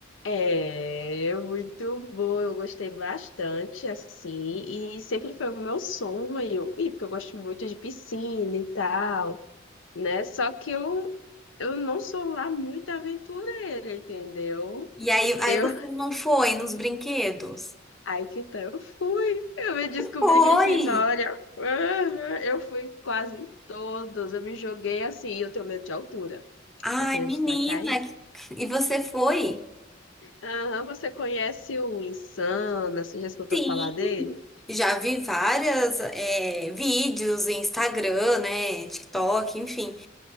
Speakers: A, on the left; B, in the centre.
A: É muito bom, eu gostei bastante, assim, e sempre foi o meu sonho, e porque eu gosto muito de piscina e tal, né? Só que eu, eu não sou lá muito aventureira, entendeu?
B: E aí,
A: Eu,
B: aí você
A: <laughs>
B: não foi nos brinquedos?
A: aí que tá, eu fui, eu me descobri
B: Foi!
A: Grifinória, Aham, eu fui quase em todos, eu me joguei assim, e eu tenho medo de altura,
B: Ai,
A: só queria
B: menina,
A: destacar isso.
B: e você foi?
A: Aham, você conhece o Insana, você já escutou
B: Sim.
A: falar dele?
B: Já vi várias é, vídeos em Instagram, né, TikTok, enfim.